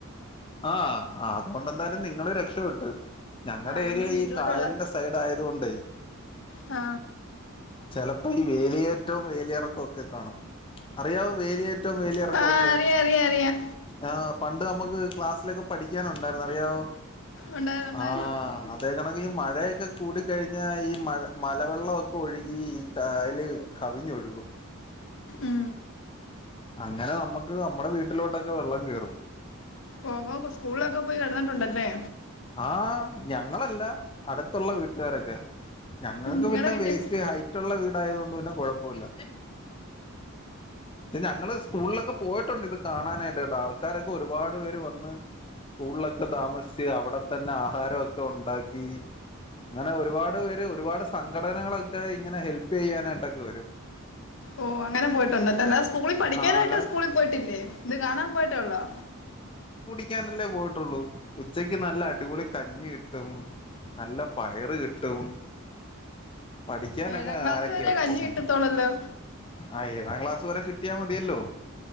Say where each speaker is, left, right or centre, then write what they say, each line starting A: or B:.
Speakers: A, on the left (about 25°); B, on the left (about 60°).
A: ആഹ് ആ അതുകൊണ്ടെന്തായാലും നിങ്ങള് രക്ഷപ്പെട്ട് ഞങ്ങളുടെ
B: ആ അതുകൊണ്ട്
A: ഏരിയ
B: വീട്ടിലോട്ടുള്ള
A: ഈ കായലിന്റെ സ് ആയതുകൊണ്ടേ
B: ആ
A: ചെലപ്പോ ഈ വേലിയേറ്റവും വെലിയേരക്കവും ഒക്കെ കാണും അറിയാവോ വേലിയേ റ്റവും വേലിയേറക്കവുമൊക്കെ
B: ആ അറിയാം അറിയാം അറിയാം
A: ആഹ് പണ്ട് നമുക്ക് ക്ലാസ്സിലൊക്കെ പഠിക്കാനുണ്ടായിരുന്നു അറിയാവോ
B: ഉണ്ടായിരുന്നു ഉണ്ടായിരുന്നു
A: ആഹ് അതായിരുന്നു ഇപ്പ അധികം മഴയ് ക്കെ കൂടി കഴിഞ്ഞ ഈ മഴ മലവെള്ളമൊക്കെ ഒഴുകി ഈ കായല് കവിഞ്ഞൊഴുകും
B: ഉം
A: അങ്ങനെ നമ്മുക്ക് നമ്മുടെ വീട്ടിലോട്ടൊക്കെ വെള്ളം കേയറും
B: ഓ അപ്പൊ സ്കൂളിലൊക്കെ പോയി കെടന്നട്ടുണ്ടല്ലേ
A: ആ ഞങ്ങളല്ല അടു ത്തുള്ള വീട്ടുകാരൊക്കെ ഞങ്ങൾക്ക്
B: നിങ്ങടെ
A: പിന്നെ
B: വീട്ടിൽ
A: ബേസ് ഇച്ചിരി ഹൈറ്റ് ഒള്ള വീടായതുകൊണ്ട് പിന്നെ കൊഴുപ്പൂല ഇത് ഞങ്ങള് സ്കൂളിലൊക്കെ പോയിട്ടുണ്ട് ഇത് കാണാനായിട്ട് താ ആൾക്കാരൊക്കെ ഒരുപാട് പേര് വന്ന് സ്കൂളിലൊക്കെ താമസിച്ചു അവടെ തന്നെ ആഹാരമൊക്കെ ഉണ്ടാക്കി അങ്ങനെ ഒരുപാട് പേര് ഒരുപാട് സംഘടനകളൊക്കെ ഇങ്ങനെ ഹെൽപ് ചെയ്യാനായിട്ടൊക്കെ വരും
B: ഓ അങ്ങനെ പോയിട്ടുണ്ടല്ലേ അല്ലാതെ സ്കൂളിൽ പഠിക്കാനായിട്ട്
A: ആഹ് അങ്ങനെ
B: സ്കൂളിൽ പോയിട്ടില്ലേ ഇത് കാണാൻ പോയിട്ടെ ഒള്ളോ
A: ക്കാനല്ലെ പോയിട്ടുള്ളൂ ഉച്ചക്ക് നല്ല അടിപൊളി കഞ്ഞി കിട്ടും നല്ല പയറ് കിട്ടും പഠിക്കാനക്കെ
B: ഏഴാം ക്ലാസ്
A: ആരക്കെയാ
B: വരെ
A: പോകുന്നേ
B: കഞ്ഞി കിട്ടത്തോളല്ലോ
A: ആ ഏഴാം ക്ലാസ്സ് അതുവരെ കിട്ടിയാ മതിയല്ലോ